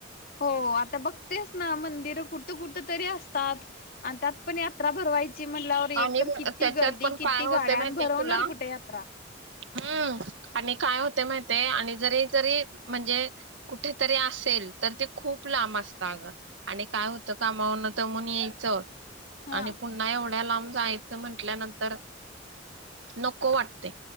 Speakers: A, on the left; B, on the right.
A: हो आता बघतेच ना मंदिरं कुठं कुठ तरी असतात आणि त्यात पण यात्रा भरवाय <unintelligible> एक
B: आणि
A: तर किती
B: त्याच्यात
A: गर्दी
B: पण
A: किती
B: काय होते
A: गाड्या
B: माहितीय
A: आणि भरवणार
B: तुला
A: कुठे यात्रा
B: हम्म, आणि काय होते माहितय आणि जरी जरी म्हणजे कुठेतरी असेल, तर ते खूप लांब असतं अग आणि काय होतं कामावरून दमून यायचं
A: हा
B: आणि पुन्हा एवढ्या लांब ‌ जायचं म्हटल्यानंतर, नको वाटत ‌ते